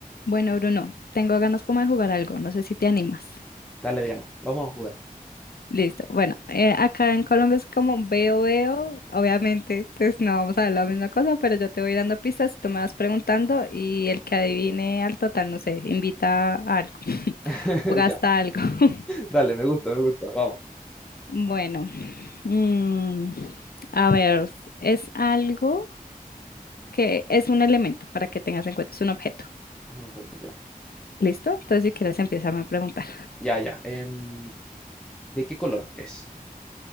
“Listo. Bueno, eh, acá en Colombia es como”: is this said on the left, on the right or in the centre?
Left